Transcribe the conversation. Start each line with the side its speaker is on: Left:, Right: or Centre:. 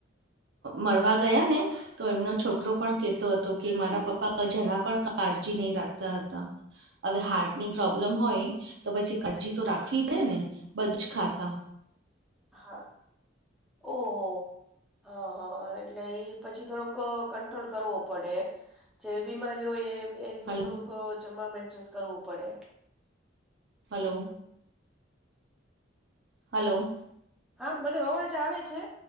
Right: મળવા ગયા ને તો એમનો છોકરો પણ કેહેતો હતો કે મારા પપ્પા જરા પણ કાળજી નહીં રાખતા હતા. હવે હાર્ટની પ્રોબ્લેમ હોય તો પછી કટજી તો રાખવી પડે ને, બધું જ ખાતા.
Centre: હા ઓહો! હહ હહ એટલે ઈ પછી થોડોક અ કંટ્રોલ કરવો પડે. જેવી બીમારી હોય એ એ રીતે
Right: હલો
Centre: થોડુંક જમવામાં એડજસ્ટ કરવું પડે.
Right: હલો હલો
Centre: હા મને અવાજ આવે છે.